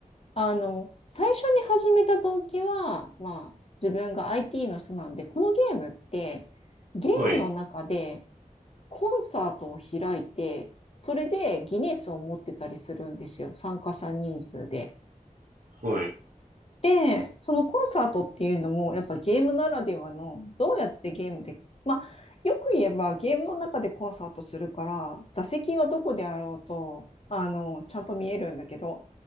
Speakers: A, on the left (about 45°); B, on the right (about 70°).
A: あの、最初に始めた時は、まあ、自分が IT の人なんで、このゲームって、ゲームの中で
B: はい。
A: コンサートを開いて、それでギネスを持ってたりするんですよ、参加者人数で。
B: はい。
A: で、そのコンサートっていうのも、やっぱゲームならではの、どうやってゲームで、まあ、よく言えばゲームの中でコンサートするから、座席はどこであろうと、あの、ちゃんと見えるんだけど、